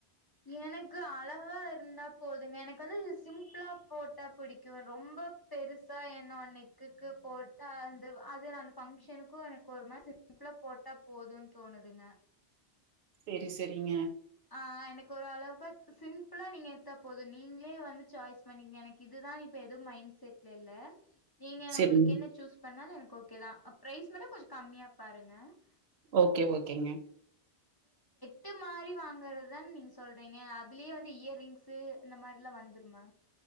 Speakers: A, on the left (about 20°); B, on the right (about 70°).
A: எனக்கு அளவா இருந்தா போதுங்க எனக்கு வந்து சிம்பிளா போட்டா புடிக் ரொம்ப பெருசா எ நா அன்னைக் குக்கு போட்டு அந்த அது நா அந்த ஃபங்க்ஷனுக்கு எனக்கு ஒரு மாரி சிம்பிளா போட்டா போதுன் தோணுதுங்க
B: செரி செரிங்க
A: அ எனக்கொரு அளவுக்கு சிம்பிளா நீங்க எட்த்தா போது நீங்ளே வந்து சாய்ஸ் பண்ணிக்ங்க எனக்கு இது தா இப்ப எதுவு மைண் செட்ல இல்ல நீங்க
B: செரிங்க
A: உங்குளுக் என்ன சூஸ் பண்ணாலு எனக் ஓகேதா அப் பிரைஸ் மட்டு கொஞ்சோ கம்மியா பாருங்க ப
B: ஓகே ஓகேங்க
A: ட்டு மாறி வாங்குறதான் நீங்க சொல்றீங்க அதுலியே வந்து இயர்ரிங்ஸு இந்த மாரிலாம் வந்துருமா